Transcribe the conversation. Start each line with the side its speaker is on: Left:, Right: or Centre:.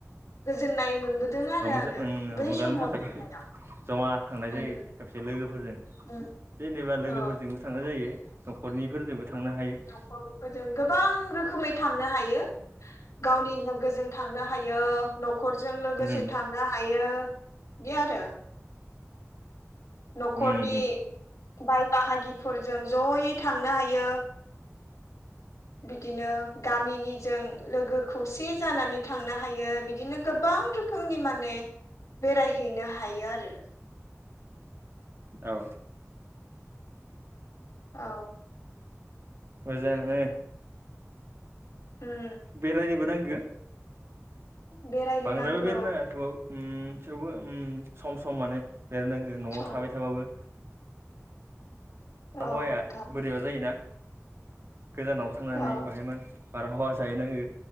Left: गोजोननाय मोनबोदों आरो
Right: रंजा
Left: आङो बै
Right: रंजानो
Left: समाव
Right: थाखाय
Left: थांनायाव
Right: जमा थांनाय
Left: उम
Right: जायो सबसे लोगोफोर फोरजों
Left: उम
Right: जेनेबा लोगोफोरजोंबो
Left: औ
Right: थांनाय जायो न'खरनिफोरजोंबो थांनो हायो
Left: नखरफोरजों गोबां रोखोमै थांनो हायो गावनि लोगोजों थांनो हायो न'खरजों लोगोसे
Right: उम
Left: थांनो हायो बिदि आरो न'खरनि
Right: उम उम
Left: बाय बाहागिफोरजों जयै थांनो हायो बिदिनो गामिनिजों लोगो खौसे जानानै थांनो हायो बिदिनो गोबां रोखोमनि माने बेरायहैनो हायो आरो
Right: औ
Left: औ
Right: मोजांआनो
Left: उम
Right: बेरायनोबो नांगौ
Left: बेरायनो
Right: बांद्रायल'
Left: नांगौ
Right: बेरायनाङा थ' ओम थेवबो ओम सम सम माने बेरायनांगोन न'आव
Left: सम
Right: थाबाय थाबाबो
Left: औ
Right: आबहावाया
Left: नोंथां
Right: बोरैबा जायोना गोजानावबो थांनानै
Left: औ
Right: बाहायमोन बारहावा जाहैनांगो